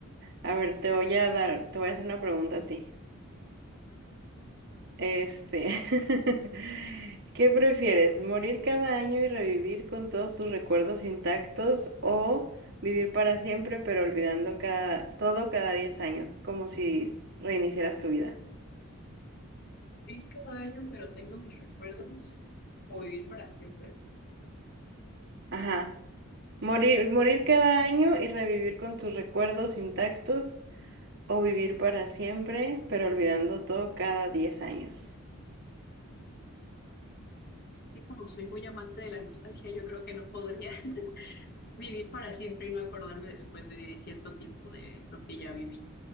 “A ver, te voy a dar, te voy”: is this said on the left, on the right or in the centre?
Right